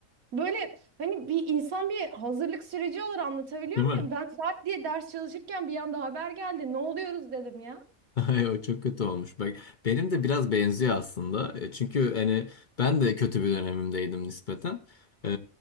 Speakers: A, on the right; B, on the left.
A: Böyle hani bir insan bir hazırlık süreci olur anlatabiliyor
B: Değil
A: muyum?
B: mi?
A: Ben saat diye ders çalışırken bir anda haber geldi. Ne oluyoruz dedim ya.
B: <laughs> Ay, O çok kötü olmuş. Bak benim de biraz benziyor aslında. E, Çünkü hani ben de kötü bir dönemimdeydim nispeten. E,